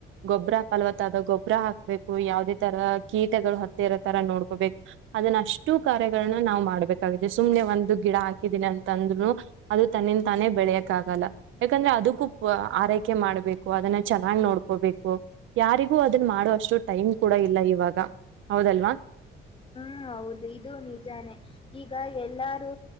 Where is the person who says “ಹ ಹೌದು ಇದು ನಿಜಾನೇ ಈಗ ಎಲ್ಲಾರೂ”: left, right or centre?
Left